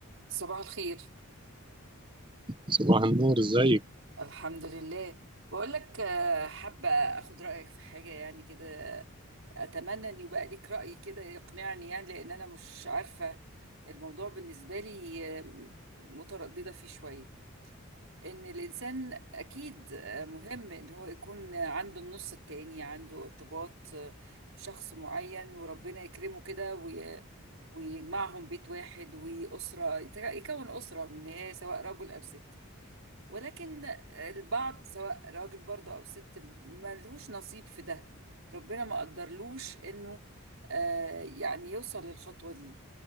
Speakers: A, on the right (about 70°); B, on the right (about 20°).
A: صباح الخير
B: صباح النور ازيك
A: الحمد لله بقول لك آه، حابة اخد رأيك في حاجة يعني كده اتمنى ان يبقى ليك رأي كده يقنعني يعني لان انا مش عارفة الموضوع بالنسبة لي آه، مترددة فيه شوية ان الانسان اكيد آه، مهم ان هو يكون عنده النص التاني عنده ارتباط آه، بشخص معين وربنا يكرمه كده وي- ويجمعهم بيت واحد وأسرة يكون أسرة من النهاية سواء رجل أو ست ولكن البعض سواء راجل برضه او ست ملهوش نصيب في ده ربنا ما قدرلوش انه آه يعني يوصل للخطوة دي